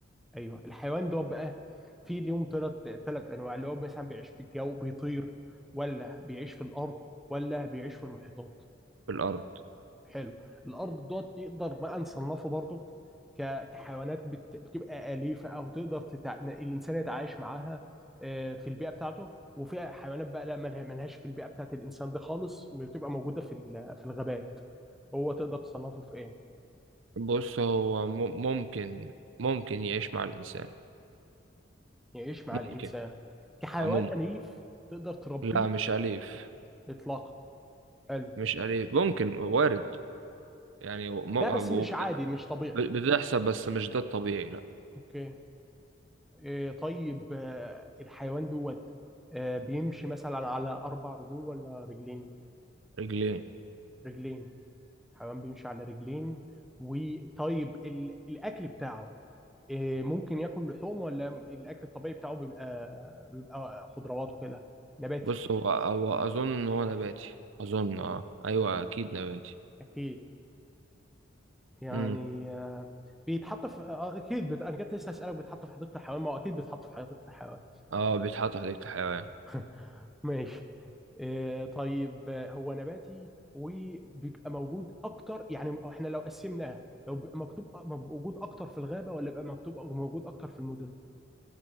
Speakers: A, in the centre; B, on the right.
A: ايوه الحيوان دوت بقى في ليهم ثلاث ثلاث انواع اللي هو مثلا بيعيش في الجو بيطير ولا بيعيش في الارض ولا بيعيش في المحيطات
B: في الارض
A: حلو الارض دوت نقدر بقى نصنفه برضك ك- كحيوانات بت- بتبقى اليفه او تقدر تتع... الانسان يتعايش معاها آه، في البيئه بتاعته وفي حيوانات بقى لا مالها- ملهاش في البيئه بتاعت الانسان ده خالص بتبقى موجوده في ال- في الغابات هو تقدر تصنفه في ايه
B: بص هو م- ممكن ممكن يعيش مع الإنسان
A: يعيش مع
B: ممكن
A: الانسان كحيوان
B: آه، ممكن
A: اليف تقدر تربيه
B: لا مش أليف
A: اطلاقا حلو
B: مش أليف ممكن وارد يعني م-
A: لا بس مش
B: وب-
A: عادي مش طبيعي
B: بتحصل بس مش ده الطبيعي لا
A: اوكي آه، طيب آه، الحيوان دوت آه، بيمشي مثلا على اربع رجول ولا رجلين
B: رجلين
A: رجلين الحمام بيمشي على رجلين وطيب ال... الاكل بتاعه إيه، ممكن ياكل لحوم ولا الاكل الطبيعي بتاعه بيبقى بيبقى خضروات وكده نباتي
B: بص هو هو أظن إن هو نباتي أظن أه أيوه
A: اظن
B: أكيد نباتي
A: اكيد يعني
B: امم
A: آه، بيتحط في آه، اكيد بت... انا كنت لسه هسالك بيتحط في حديقه الحيوان ما هو اكيد بيتحط في حديقه الحيوان
B: أه بيتحط حديقة الحيوان
A: <laughs> ماشي آه، طيب آه، هو نباتي وبيبقى موجود اكتر يعني احنا لو قسمناها لو بيبقى مكتوب آه، موجود اكتر في الغابه ولا بيبقى مكتوب موجود اكتر في المدن